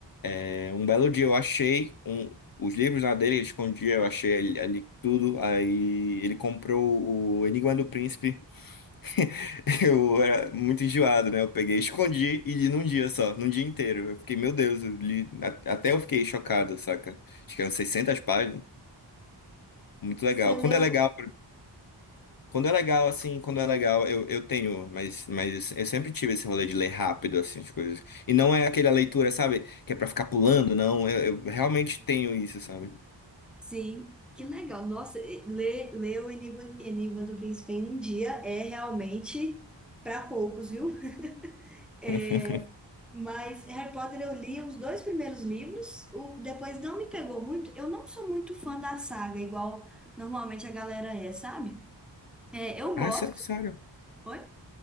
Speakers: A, on the left (about 55°); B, in the centre.
A: é, um belo dia eu achei um, os livros lá dele, ele escondia, eu achei ali, ali tudo, aí ele comprou o Enigma do Príncipe, <laughs> eu era muito enjoado, né? Eu peguei, escondi e li num dia só, num dia inteiro. Eu fiquei, meu Deus, eu li, a- até eu fiquei chocado, saca? Acho que eram 600 páginas, muito legal.
B: Você leu.
A: Quando é legal, Quando é legal, assim, quando é legal, eu, eu tenho, mas, mas eu sempre tive esse rolê de ler rápido, assim, as coisas. E não é aquela leitura, sabe, que é pra ficar pulando, não. Eu, eu realmente tenho isso, sabe?
B: Sim, que legal. Nossa, e- ler, ler o Enigma, Enigma do Príncipe em um dia é realmente para poucos, viu? <laughs> É,
A: <laughs>
B: mas Harry Potter eu li os dois primeiros livros, o, depois não me pegou muito. Eu não sou muito fã da saga, igual normalmente a galera é, sabe? É, eu
A: Ah,
B: gosto.
A: sério, sério.
B: Oi?